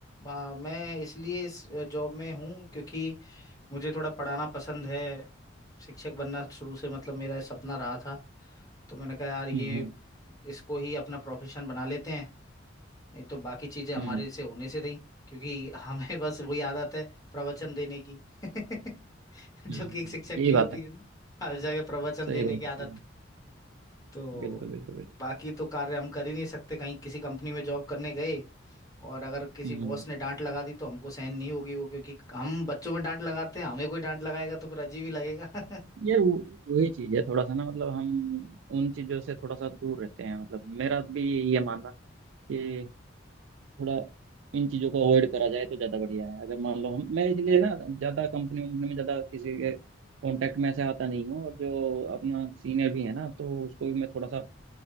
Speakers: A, on the left; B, on the right.
A: आ, मैं इसलिए इस जॉब में हूँ क्योंकि मुझे थोड़ा पढ़ाना पसंद है शिक्षक बनना शुरू से मतलब मेरा सपना रहा था तो मैंने कहा यार ये
B: हम्म, हम्म,
A: इसको ही अपना प्रोफेशन बना लेते हैं नहीं तो बाकी चीजें हमारे
B: हम्म,
A: से होने से रही क्योंकि <laughs> हमें बस वही आदत है प्रवचन देने की <laughs> <laughs> जो
B: हम्म,
A: कि एक शिक्षक
B: यही
A: की
B: बात
A: जी होती
B: है
A: है ना हर जगह प्रवचन
B: सही
A: देने
B: बात
A: की आदत
B: है सही बात
A: तो
B: है। बिल्कुल बिल्कुल बिल्कुल
A: बाकी तो कार्य हम कर ही नहीं सकते कहीं किसी कंपनी में जॉब करने गए और अगर किसी
B: हम्म,
A: बॉस ने डांट लगा दी तो हमको सहन नहीं होगी वो क्योंकि हम बच्चों में डांट लगाते हैं हमें कोई डांट लगाएगा तो फिर अजीब ही लगेगा <laughs>
B: यार वो वही चीज़ है थोड़ा सा ना मतलब हम उन चीज़ों से थोड़ा सा दूर रहते हैं मतलब मेरा भी ये मानना कि थोड़ा इन चीज़ों को अवॉइड करा जाए तो ज़्यादा बढ़िया है अगर मान लो हम मैं इसलिए ना ज़्यादा कंपनी वंपनी में ज़्यादा किसी के कांटेक्ट में ऐसे आता नहीं हूँ और जो अपना सीनियर भी है ना तो उसको भी मैं थोड़ा सा